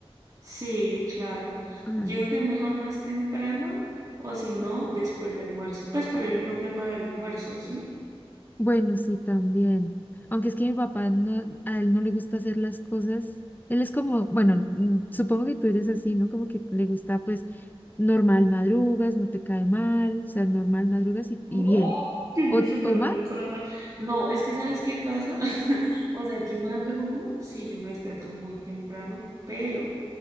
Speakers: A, on the right (about 35°); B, on the left (about 20°).
A: sí, claro.
B: Ay.
A: Yo que mejor más temprano o si no, después de almuerzo. Pues por el mismo tema del almuerzo, ¿sí?
B: Bueno, sí, también. Aunque es que mi papá no, a él no le gusta hacer las cosas. Él es como, bueno, mm, supongo que tú eres así, ¿no? Como que le gusta, pues, normal madrugas, no te cae mal, o sea, normal madrugas y,
A: Mm,
B: y bien.
A: ¿Quién
B: ¿O,
A: dice que
B: o
A: no
B: mal?
A: me cae mal? No, es que ¿sabes qué pasa? <laughs> O sea, yo madrugo, sí, yo me despierto muy temprano, pero